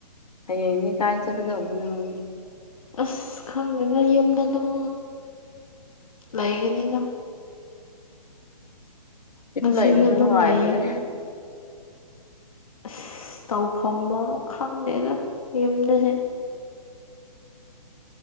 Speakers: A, on the left; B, on the left.
A: ꯍꯌ‌ꯦꯡꯗꯤ ꯀꯥꯏ ꯆꯠꯀꯗꯧꯕꯅ‌ꯣ
B: ꯑꯁ ꯈꯪꯗꯦꯗ ꯌꯨꯝꯗ ꯑꯗꯨꯝ ꯂꯩꯒꯅꯤꯗ
A: ꯌꯨꯝ
B: ꯉꯁꯤꯁꯨ
A: ꯂꯩꯕꯁꯨ
B: ꯑꯗꯨꯝ
A: ꯅꯨꯡꯉꯥꯏꯕꯅꯦ
B: ꯂꯩꯌꯦ ꯑꯁ ꯇꯧꯐꯝ ꯑꯃ ꯈꯪꯗꯦꯗ ꯌꯨꯝꯗꯁꯦ